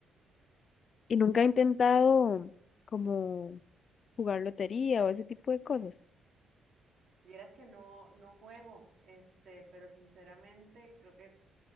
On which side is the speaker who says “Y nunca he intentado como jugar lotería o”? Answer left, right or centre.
Left